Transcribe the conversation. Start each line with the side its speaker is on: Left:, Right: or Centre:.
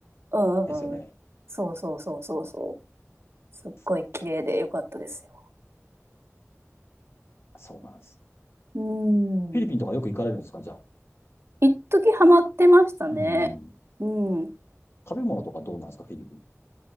Right: うんうんうん。
Left: ですよね。
Right: そうそうそうそうそう。すっごい綺麗で良かったですよ。
Left: そう、そうなんです。
Right: うん。
Left: フィリピンとかよく行かれるんですか、じゃあ。
Right: 一時ハマってましたね。
Left: うん。
Right: うん。フ
Left: 食べ物とかどうなんですか、フィリピン。